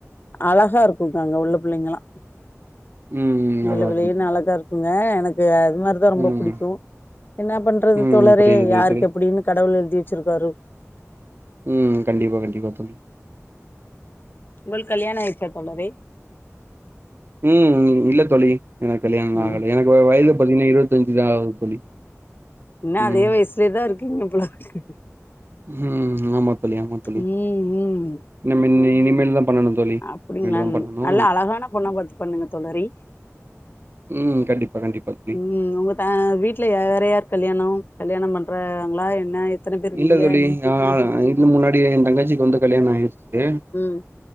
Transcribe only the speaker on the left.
அழகா இருக்குங்க அங்கவுள்ள புள்ளைங்கல்லா
வெள்ள
வெள்ளேனு
அழகா இருக்குங் க எனக்கு அது மாதிரிதா ரொம்ப
புடிக்கு என்ன பண்றது
தோழரே
யாருக்கு
எப்புடினு கடவுள் எழுதி வெச்சிருக்காரோ
உங்கள் கல்யாணோ எப்ப தோழரே
ம்
இன்னு அதே
வயசிலே தா இருக்கீங்க போலருக்கு
ம் ம்
அப்படிங்களா
நல்லா அழகான பொண்ணா பார்த்து பண்ணுங்க தோழரே
ம் உங்க த வீட்டுல வேற யார் கல்யாணோ கல்யாணம் பண்றாங்களா என்ன எத்தன பேர் இருக்கீங்க
உம்